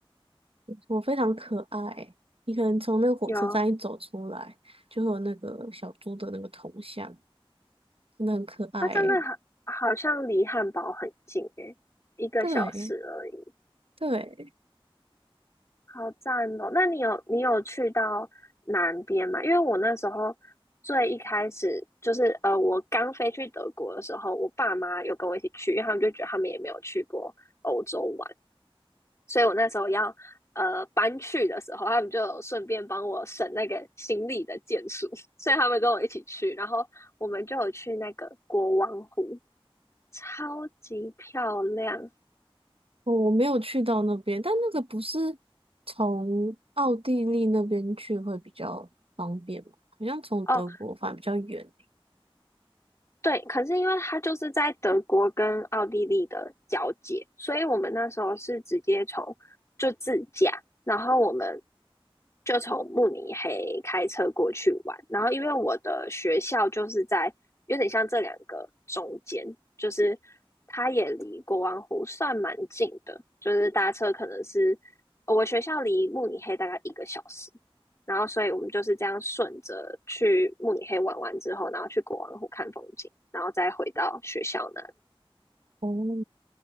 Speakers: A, on the right; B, on the left.
A: <laughs> 我非常可爱。你可能从那个火车站一走出来，
B: 有
A: 就会有那个小猪的那个头像，真的很可爱欸
B: 它真的好，好像离汉堡很近诶，一个小时而已，
A: 对对，
B: 好赞哦！那你有你有去到南边吗？因为我那时候最一开始就是呃，我刚飞去德国的时候，我爸妈有跟我一起去，因为他们就觉得他们也没有去过欧洲玩，所以我那时候要呃搬去的时候，他们就有顺便帮我省那个行李的件数，<laughs> 所以他们跟我一起去，然后我们就有去那个国王湖。超级漂亮
A: 我我没有去到那边，但那个不是从奥地利那边去会比较方便吗？好像从德国反而比较远欸
B: 哦，对，可是因为它就是在德国跟奥地利的交界，所以我们那时候是直接从就自驾，然后我们就从慕尼黑开车过去玩，然后因为我的学校就是在有点像这两个中间，就是它也离国王湖算蛮近的，就是搭车可能是呃我学校离慕尼黑大概一个小时，然后所以我们就是这样顺着去慕尼黑玩完之后，然后去国王湖看风景，然后再回到学校那里。
A: 哦，